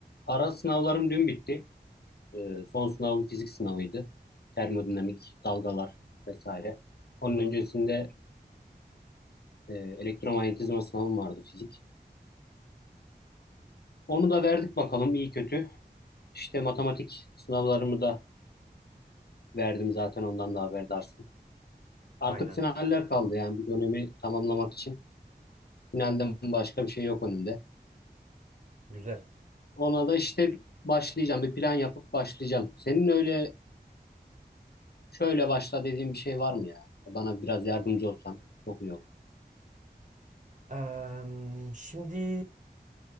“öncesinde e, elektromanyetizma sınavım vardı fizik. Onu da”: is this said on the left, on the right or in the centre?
Left